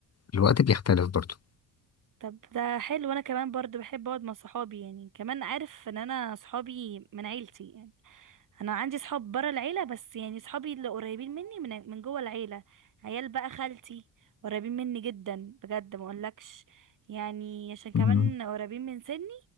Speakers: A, on the left; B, on the right.
A: الوقت بيختلف برضه
B: طب ده حلو انا كمان برضو بحب اقعد مع صحابي يعني كمان عارف ان انا صحابي من عيلتي يعني انا عندي صحاب برا العيله بس يعني صحابي اللي قريبين مني من من جوه العيله عيال بقى خالتي قريبين مني جدا بجد ما اقولكش يعني عشان كمان
A: مم.
B: قريبين من سني